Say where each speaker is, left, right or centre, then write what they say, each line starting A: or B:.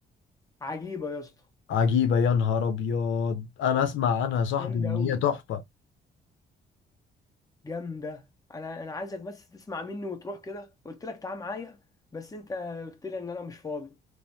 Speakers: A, on the left; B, on the left.
A: عجيبه يا اسطى
B: عجيبة يا نهار ابيض انا اسمع عنها صاحبي
A: جامده
B: ان
A: قوي
B: هي تحفة
A: جامده انا انا عايزك بس تسمع مني وتروح كده قلت لك تعال معايا بس انت قلت لي ان انا مش فاضي